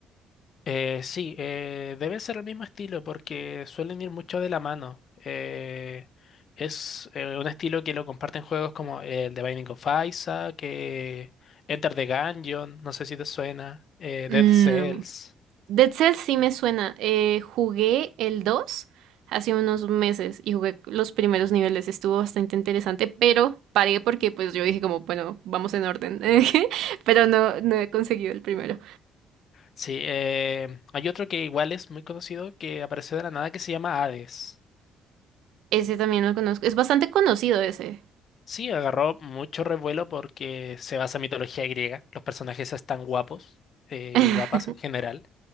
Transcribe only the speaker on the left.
eh, sí, eh, debe ser el mismo estilo porque suelen ir mucho de la mano. Eh, es eh, un estilo que lo comparten juegos como el The Binding of Isaac, que Enter the Gungeon, no sé si te suena, eh,
Dead Cells.
Sí, eh, hay otro que igual es muy conocido que apareció de la nada que se llama Hades.
Sí, agarró mucho revuelo porque se basa en mitología griega. Los personajes están guapos eh,
y guapas en general.